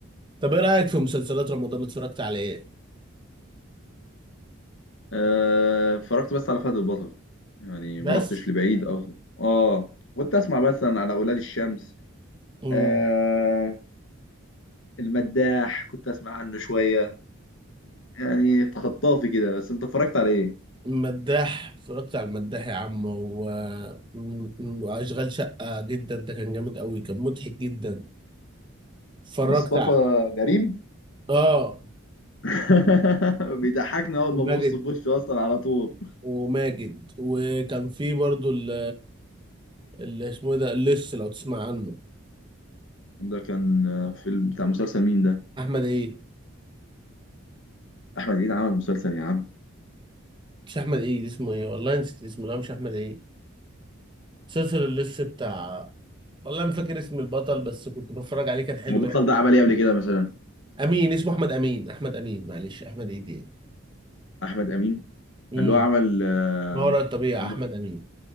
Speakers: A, on the right (about 20°); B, on the left (about 65°).
A: طب ايه رايك في مسلسلات رمضان اللي اتفرجت على ايه
B: آه، اتفرجت بس على فهد البطل يعني
A: بس
B: ما رحتش لبعيد اصلا اه كنت اسمع مثلا على اولاد الشمس
A: مم.
B: آه... المداح كنت اسمع عنه شويه يعني خطافي كده بس انت اتفرجت على ايه
A: المداح اتفرجت على المداح يا عم و... مم. واشغال شقه جدا ده كان جامد قوي كان مضحك جدا اتفرجت
B: مصطفى
A: على
B: غريب
A: اه
B: <laughs> بيضحكني اول
A: ماجد
B: ما ببص في وشه اصلا على طول
A: وماجد وكان في برضو ال اللي اسمه ايه ده اللص لو تسمع عنه
B: ده كان آه، فيلم بتاع مسلسل مين ده
A: احمد عيد
B: احمد امين عمل مسلسل يا عم
A: مش احمد عيد اسمه ايه والله نسيت اسمه لا مش احمد عيد مسلسل اللص بتاع والله ما فاكر اسم البطل بس كنت بتفرج عليه كان حلو
B: والبطل
A: يعني
B: ده عمل ايه قبل كده مثلا
A: امين اسمه احمد امين احمد امين معلش احمد عيد يعني
B: احمد امين
A: امم
B: اللي هو عمل آه،
A: ما وراء الطبيعة
B: اللي-
A: احمد امين